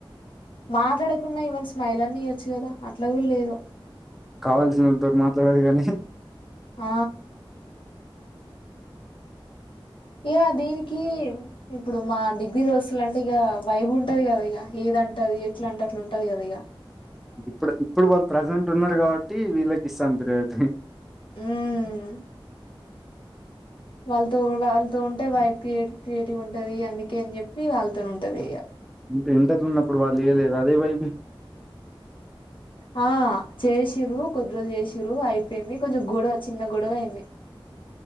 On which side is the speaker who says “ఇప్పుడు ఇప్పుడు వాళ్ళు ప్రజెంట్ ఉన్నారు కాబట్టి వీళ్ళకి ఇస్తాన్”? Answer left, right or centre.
Centre